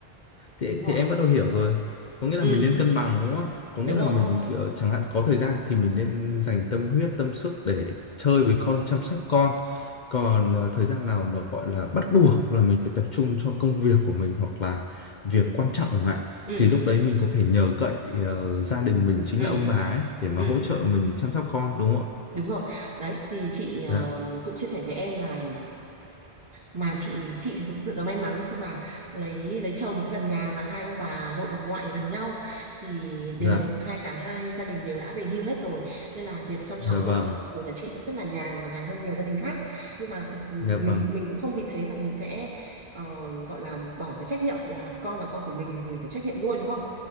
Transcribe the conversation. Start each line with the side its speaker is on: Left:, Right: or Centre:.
Left: thì
Right: đúng rồi
Left: thì em bắt đầu hiểu rồi có nghĩa
Right: ừ
Left: là mình nên cân bằng đúng không có
Right: đúng
Left: nghĩa là
Right: rồi
Left: mình kiểu, chẳng hạn có thời gian thì mình nên dành tâm huyết tâm sức để chơi với con chăm sóc con còn ờ, thời gian nào mà gọi là bắt buộc là mình phải tập trung cho công việc của mình hoặc là việc quan trọng chẳng hạn
Right: ừ
Left: thì lúc đấy mình có thể nhờ cậy ờ, gia đình mình chính
Right: ừ
Left: là ông bà ấy để mà
Right: ừ
Left: hỗ trợ mình chăm sóc con đúng không ạ
Right: Đúng rồi. Đấy thì chị ờ,
Left: dạ
Right: cũng chia sẻ với em là mà chị chị thì thực sự là may mắn khi mà lấy lấy chồng cũng gần nhà và hai ông bà nội bà ngoại gần nhau thì đều
Left: dạ
Right: hai cả hai gia đình đều đã về hưu hết rồi nên là việc chăm
Left: dạ
Right: cháu
Left: vâng
Right: của của nhà chị cũng rất là nhàn và nhàn hơn nhiều gia đình khác nhưng mà thật
Left: dạ vâng
Right: mình mình cũng không vì thế mà mình sẽ ờ, gọi là bỏ cái trách nhiệm là con là con của mình thì mình có trách nhiệm nuôi đúng không